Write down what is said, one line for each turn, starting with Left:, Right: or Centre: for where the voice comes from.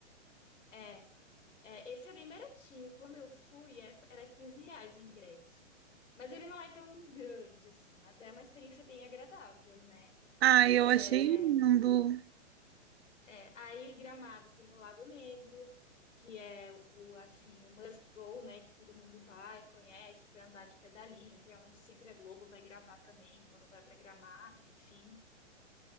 Left: né? É, esse é bem baratinho. Quando eu fui, é- era 15 reais o ingresso. Mas ele não é tão grande assim, mas é uma experiência bem agradável, né?
Right: Ah, eu achei
Left: É,
Right: lindo.
Left: é, aí Gramado tem o Lago Negro, que é o assim, o must go, né? Que todo mundo vai, conhece para andar de pedalinho, que é onde sempre a Globo vai gravar também, quando vai para Gramado, enfim.